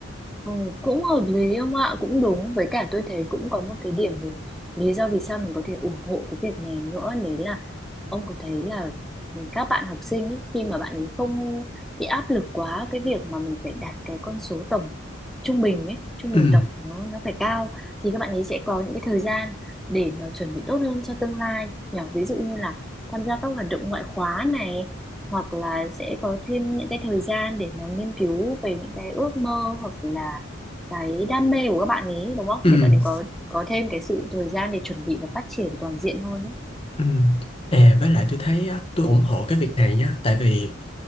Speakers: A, in the centre; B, on the left (about 25°).
A: Ừ, cũng hợp lý ông ạ cũng đúng với cả tôi thấy cũng có một cái điểm để lý do vì sao mình có thể ủng hộ cái việc này nữa đấy là ông có thấy là các bạn học sinh ý, khi mà bạn ấy không bị áp lực quá cái việc mà mình phải đạt cái con số tổng trung bình ấy trung
B: ừ
A: bình tổng nó nó phải cao thì các bạn ấy sẽ có những cái thời gian để mà chuẩn bị tốt hơn cho tương lai nhỏ ví dụ như là tham gia các hoạt động ngoại khóa này hoặc là sẽ có thêm những cái thời gian để mà nghiên cứu về những cái ước mơ hoặc là cái đam mê của các bạn ấy đúng không
B: ừ
A: để bạn ấy có có thêm cái sự thời gian để chuẩn bị và phát triển toàn diện hơn ấy.
B: ừ à với lại tôi thấy á, tôi ủng hộ cái việc này nhá tại vì